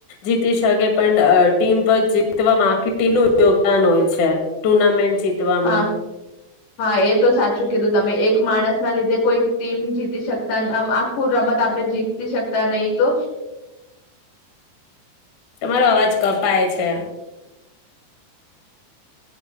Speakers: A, on the left; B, on the left.
A: જીતી શકે પણ ટીમવર્ક જીતવામાં આખી ટીનું યોગદાન હોય છે, ટુર્નામેન્ટ ચિતવામાં.
B: હા હા એ તો સાચું કીધું તમે એક માણસ ના લીધે કોઈ ટીમ જીતી શકતામ આખું રમત આપણે જીતી શકતા નહી, તો
A: તમારો અવાજ કપાય છે.